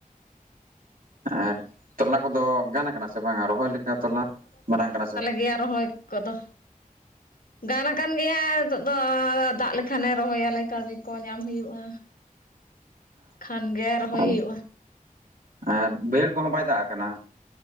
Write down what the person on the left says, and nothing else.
ᱜᱮ ᱨᱚᱦᱚᱭ ᱠᱚᱫᱚ ᱜᱟᱱ ᱟᱠᱟᱱ ᱜᱮᱭᱟ ᱱᱤᱛᱚᱜ ᱫᱚ ᱫᱟᱜ ᱞᱮᱠᱷᱟᱱᱮ ᱨᱚᱦᱚᱭᱟᱞᱮ ᱠᱟᱹᱬᱢᱤ ᱠᱚ ᱧᱟᱢ ᱦᱩᱭᱩᱜᱼᱟ <inaudible> ᱠᱷᱟᱱ ᱜᱮ ᱨᱚᱦᱚᱭ
ᱦᱩᱭᱩᱜᱼᱟ